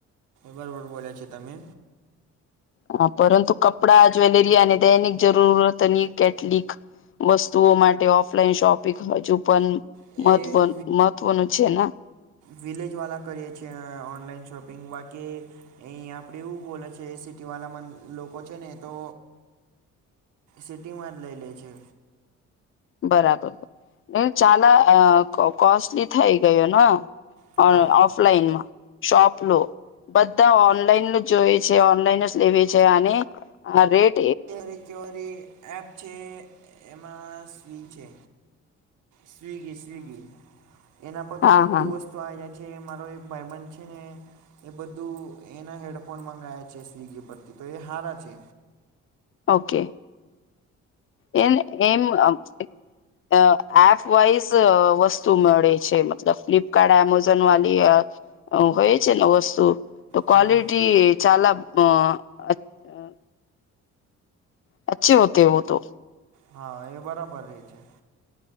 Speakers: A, on the right; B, on the left.
A: બરોબર બોલે છે તમે.
B: હા પરંતુ કપડા જ્વેલરી અને દૈનિક જરૂરતની કેટલીક વસ્તુઓ માટે ઓફલાઈન શોપિંગ હજુ પણ
A: એ
B: મહત્વ મહત્વનું છે ના
A: વિલેજ વાળા કરીએ છીએ ઓનલાઈન શોપિંગ બાકી એ આપડ્યું એવું બોલે છે સીટી દીવાલામાં ન લોકો છે ને તો સિટીમાં જ લઈ લે છે.
B: બરાબર એ ચાલા અહ કો કોસ્ટલી થઈ ગયો ના.
A: હા
B: અ ઓફલાઈનમાં શાપ લો બધા ઓનલાઈન જોઈ છે ઓનલાઈન જ લેવી છે અને રેટ
A: જે રિકવરી એપ છે એમાં સ્વિગી છે સ્વીગી સ્વિગી એના પર તો
B: હા
A: બધું
B: હા
A: વસ્તુ આવી જાય છે જે મારો એક ભાઈ બન્દ છે ને એ બધું એના હેડફોન મંગાવયા છે સ્વિગી પરથી તો એ હારા છે
B: ઓકે એ એમ અ <unintelligible> અહ એપ વાઈઝ વસ્તુ મળે છે મતલબ ફ્લિપકાર્ટ એમેઝોન વાલી અહ હોય છે ને વસ્તુ તો ક્વલિટી
A: હા
B: ચાલાક અહ અહ અચ્છે હોતે વોતો.
A: હા એ બરાબર રે છે.